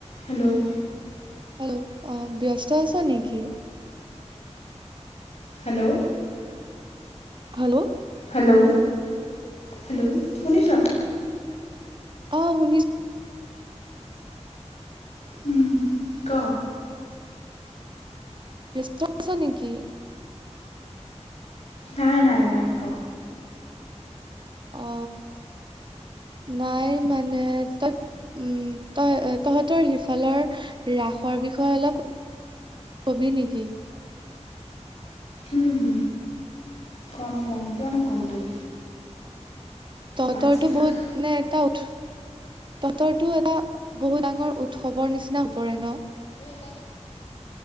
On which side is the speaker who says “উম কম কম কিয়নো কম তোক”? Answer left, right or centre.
Left